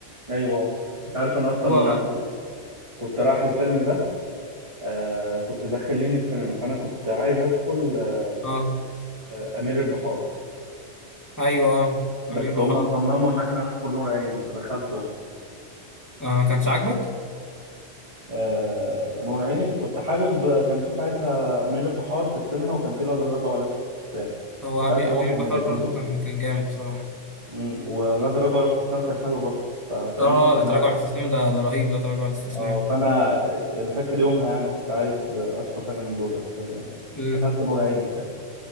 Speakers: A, on the right; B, on the left.
A: ايوه اه انت عارف انا اصلا
B: هو
A: كنت كنت رايح الفيلم ده آه كنت داخلين السينما فانا كنت عايز ادخل آه
B: اه
A: آه، امير البحار
B: ايوه آه،
A: بس
B: امير
A: هما
B: بحار
A: صمموا ان احنا ندخل نور عيني فدخلته يعني.
B: آه ما كانش عاجبك
A: آه، نور عيني كنت حابب كان في ساعتها أمير البحار في السينما وكان في لا تراجع ولا استسلام
B: هو
A: كنت
B: امير
A: عايز واحد
B: امير بحار
A: من الاثنين
B: برضو
A: دول
B: كان كان جامد بصراحه
A: مم، ولا تراجع ولا استسلام كان حلو برضه فا- فاهمني
B: اه
A: فأنا
B: لا تراجع على الاستسلام ده ده رهيب لا تراجع على الاستسلام
A: اه فأنا آه، أنا فاكر يومها يعني كنت عايز آه، أدخل حاجة من دول بس ما
B: امم
A: دخلت نور عيني في الآخر